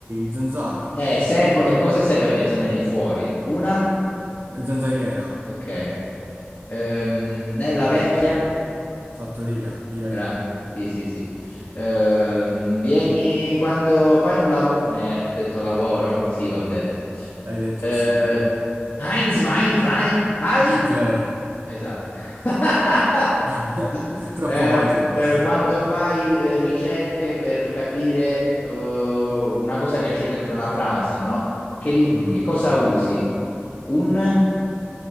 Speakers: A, on the right; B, on the left.
A: Zanzara.
B: Eh, servo- e cosa serve per tenerli fuori? Una?
A: Eh, Zanzariera.
B: Ok. Ehm, nella vecchia?
A: Fattoria, io
B: Bra-
A: io.
B: Sì, sì, sì. Ehm, vieni quando fai un lavoro. Eh, ho detto lavoro? Sì, l'ho detto.
A: L'hai detto,
B: Eh,
A: ho sentito.
B: Heinz, Wein, Train, Heil?
A: Hitler.
B: Esatto. <laughs>
A: <laughs> Troppo
B: Eh,
A: facile questa.
B: eh, quando fai eh, ricerche per capire eh, una cosa che c'è dentro una frase, no? Che, li-
A: Mm.
B: che cosa usi? Un?